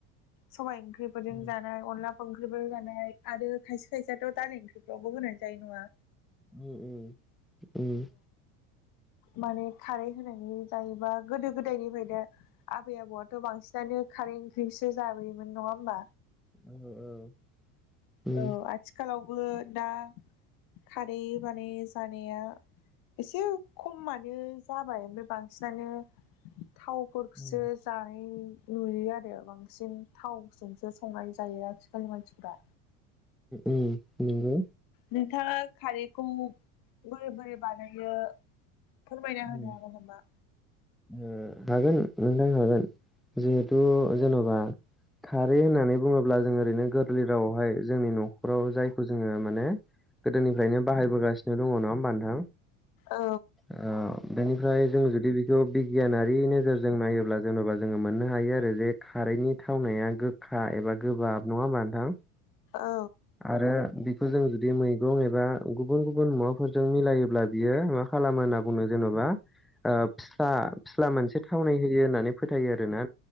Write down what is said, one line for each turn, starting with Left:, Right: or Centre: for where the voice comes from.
Left: सबाइ ओंख्रिफोरजों
Centre: उम
Left: जानाय अनला ओंख्रिबो जानाय आरो खायसे खायसेथ' दालि ओंख्रिफ्रावबो होनानै जायो नङा।
Centre: उम उम उम
Left: माने खारै होनायनि जायोबा गोदो गोदायनिफ्रायनो आबै आबौआथ' बांसिनानो खारै ओंख्रिसो जाबोयोमोन नङा होमबा?
Centre: औ औ उम
Left: औ आथिखालाव बो दा खारै बानाय जानाया एसे खमानो जाबाय ओमफ्राय बांसिनानो थावफोरखौसो
Centre: उम
Left: जानाय नुयो आरो बांसिन थावजोंसो संनाय जायो आथिखालनि मानसिफोरा।
Centre: उम नंगौ
Left: नोंथाङा। खारैखौ बोरै बोरै बानायो फोरमायना होनो
Centre: उम
Left: हागोन नामा?
Centre: ओ हागोन नोंथां हागोन। जिहेथु जेन'बा खारै होननानै बुङोब्ला जों ओरैनो गोरलै रावावहाय जोंनि न'राव जायखौ जोङो माने गोदोनिफ्रायनो बाहायबोगासिनो दङ नङा होमबा नोंथां।
Left: औ
Centre: ओ बेनिफ्राय जों जुदि बेखौ बिगियानारि नोजोरजों नायोब्ला जेनेबा जोङो मोननो हायो आरो जे खारैनि थावनाया गो खा एबा गोबाब नङा होमबा नोंथां
Left: औ
Centre: आरो फोर जों जुदि मैगं एबा गुबुन गुबुन मुवाफोरजों मिलायोब्ला बियो मा खालामो ना बुंनो जेन'बा फिस्ला फिस्ला मोनसे थावनाय होयो होननानै फोथायो आरोना